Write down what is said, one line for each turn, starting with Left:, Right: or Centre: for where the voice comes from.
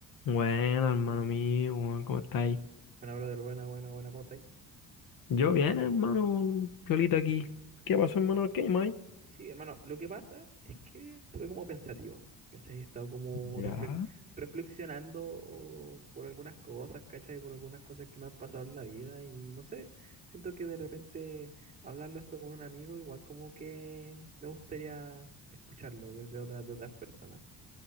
Left: Bueno, hermano mío, weón, ¿cómo estáis?
Right: Buena, brother, buena, buena, buena, ¿cómo estáis?
Left: Yo bien, hermano, Piolita aquí. ¿Qué pasó, hermano? ¿Qué más?
Right: Sí, hermano, lo que pasa es que estuve como pensativo, ¿cachai? He estado como
Left: Ya,
Right: refle- reflexionando por algunas cosas, ¿cachai? Por algunas cosas que me han pasado en la vida y no sé, siento que de repente hablarlo esto con un amigo, igual como que me gustaría escucharlo desde otras, de otras personas.